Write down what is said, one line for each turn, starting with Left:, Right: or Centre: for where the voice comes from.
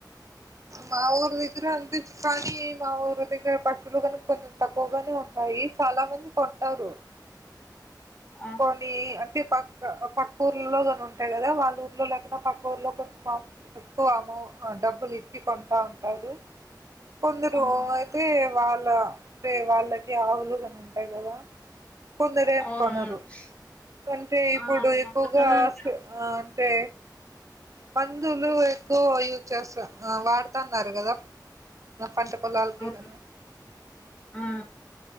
Right: మా ఊరి దగ్గర అంత చ కానీ మా ఊరి దగ్గర పశువులు కానీ కొంచెం తక్కువగానే ఉంటాయి చాలా మంది కొంటారు
Left: ఆ
Right: కొని అ పక్క పక్క ఊర్లో కాని ఉంటాయి కదా వాళ్ళ ఊర్లో లేకడా పక్క ఊర్లో కొంచ ఎక్కువ ఆమో డబ్బులు ఇచ్చ కొంటా ఉంటారు కొందరు
Left: ఆహా
Right: అయితే వాళ్ళ అంటే వాళ్ళకి ఆవులుగాని ఉంటాయి కదా కొందరు ఎం
Left: అవునవును
Right: కొనరు అంటే ఇప్పుడు
Left: ఆ మా
Right: ఎక్కువగా
Left: ఊరికల్లా అంతే
Right: ఆ టే మందులు ఎక్కువ యూజ్ చేస్త వాడుతన్నారు కదా పంట పలాలకే
Left: అవును
Right: గను
Left: ఆ